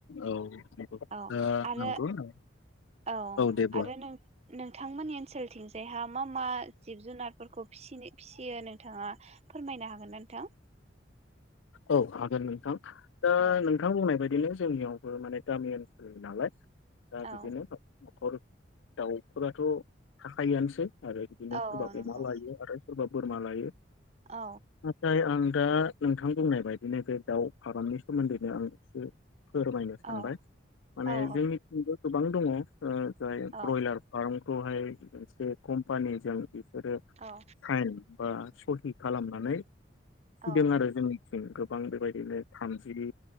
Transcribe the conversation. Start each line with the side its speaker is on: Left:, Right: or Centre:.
Left: औ
Right: औ
Left: दा
Right: आरो
Left: नोंगौ नों
Right: औ
Left: दे बुं
Right: आरो नों नोंथांमोननि ओनसोलथिंजायहा मा मा जिब जुनारफोरखौ फिसि फिसियो नोंथाङा फोरमायनो हागोनना नोंथां
Left: औ हागोन नोंथां दा
Right: औ
Left: नोंथां बुंनाय बायदिनो जोंनियावबो माने गामि ओनसोलनि नालाय दा बिदिनो
Right: औ
Left: न' न'खर दाउफोराथ' थाखायोआनोसै आरो बिदिनो
Right: औ
Left: सोरबा
Right: नंगौ
Left: अमा लायो आरो सोरबा बोरमा लायो
Right: औ
Left: नाथाय आं दा नोंथां बुंनाय बायदिनो बे दाउ फारामनि सोमोन्दैनो आं एसे फोरमायनो सानबाय
Right: औ
Left: माने
Right: औ
Left: जोंनिथिंबो गोबां दङ ओ जाय
Right: औ
Left: ब्रयलार फार्मखौहाय मोनसे कम्पानिजों साइन
Right: औ
Left: बा सहि खालामनानै फैदों
Right: औ
Left: आरो जोंनि गोबां बेबायदिनो थामजि